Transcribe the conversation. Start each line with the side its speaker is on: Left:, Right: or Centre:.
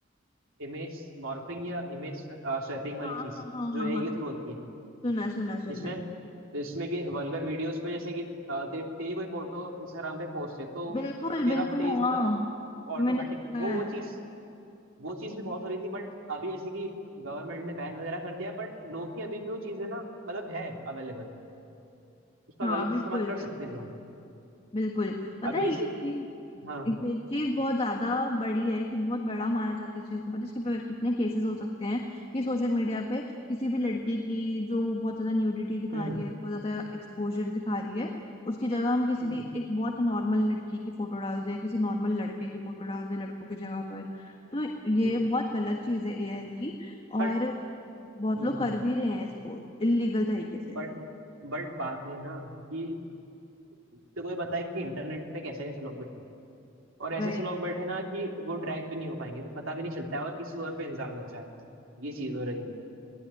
Right: इमेज मॉर्फिंग या इमेज स्वैपिंग वाली
Left: हाँ
Right: चीज
Left: हाँ हाँ
Right: जो
Left: हाँ
Right: एआई
Left: हाँ
Right: के
Left: सुना
Right: थ्रू होती है
Left: सुना है, सुना है, सुना
Right: जिसमें
Left: है।
Right: जिसमें कि वल्गर वीडियोस पे जैसे कि अ, ते, तेरी कोई फोटो इंस्टाग्राम पे पोस्ट है तो
Left: बिल्कुल
Right: तेरा
Left: बिल्कुल
Right: फेस
Left: हाँ
Right: ना ऑटोमेटिक
Left: ये मैंने देखा
Right: वो
Left: है
Right: वो चीज वो चीज भी बहुत हो रही थी बट अभी ऐसे कि गवर्नमेंट ने बैन वगैरह कर दिया बट लोग की अभी भी वो चीजें ना मतलब है अवेलेबल उसका
Left: हाँ
Right: गलत
Left: बिल्कुल
Right: इस्तेमाल कर
Left: बिल्कुल
Right: सकते हैं लोग
Left: बिल्कुल पता
Right: अभी
Left: है ये
Right: ऐसे हाँ
Left: ये चीज बहुत ज्यादा बड़ी है कि बहुत बड़ा माना जाता है इस चीज को पता है इसके पर कितने केसेस हो सकते हैं कि सोशल मीडिया पे किसी भी लड़की की जो बहुत ज्यादा न्यूडिटी दिखा
Right: हम्म
Left: रही है बहुत ज्यादा एक्सपोजर दिखा रही है उसकी जगह हम किसी
Right: हम्म
Left: भी एक बहुत नॉर्मल लड़की की फोटो डाल दें किसी नॉर्मल लड़के की फोटो डाल दें लड़कों की जगह पर तो ये
Right: हम्म
Left: बहुत गलत चीज है एआई की
Right: बट
Left: और बहुत
Right: हम्म
Left: लोग कर भी रहे हैं इसको इलीगल तरीके से
Right: बट बट बात ये है ना कि तो कोई पता है कि इंटरनेट पे कैसे कैसे लोग बैठे हैं। और ऐसे
Left: वही
Right: ऐसे लोग बैठे हैं ना कि वो ट्रैक भी नहीं हो पाएंगे तो पता भी नहीं चलता है और किसी और पे इल्जाम लग जाएगा ये चीज हो रही है